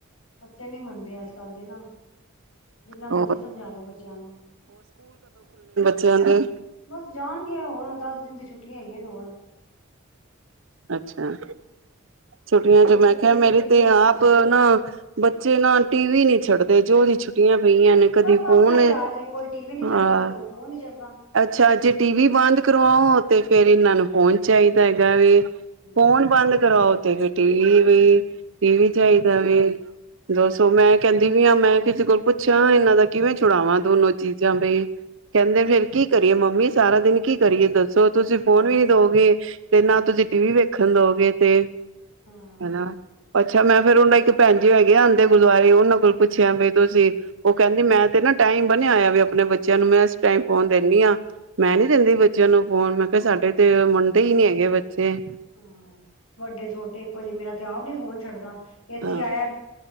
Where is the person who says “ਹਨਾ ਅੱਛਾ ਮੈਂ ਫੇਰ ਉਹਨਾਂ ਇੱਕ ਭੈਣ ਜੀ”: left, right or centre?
Right